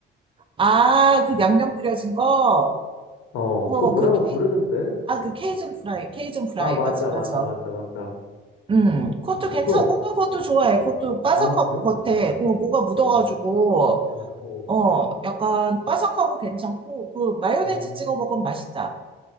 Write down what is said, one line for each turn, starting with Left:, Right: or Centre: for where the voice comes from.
Right: 아, 그 양념 뿌려진 거?
Left: 어,
Right: 어,
Left: 그거 뭐라고
Right: 그 케이,
Left: 부르던데?
Right: 아, 그 케이준 프라이, 케이준 프라이.
Left: 아, 맞아,
Right: 맞아, 맞아.
Left: 맞다, 맞다, 맞다.
Right: 음, 그것도 괜찮,
Left: 그건 어때?
Right: 어, 나 그것도 좋아해. 그것도 바삭하고
Left: 아, 그래?
Right: 겉에, 어, 뭐가 묻어가지고,
Left: 어, 어, 어.
Right: 어, 약간 바삭하고 괜찮고, 그 마요네즈
Left: 음.
Right: 찍어 먹으면 맛있다.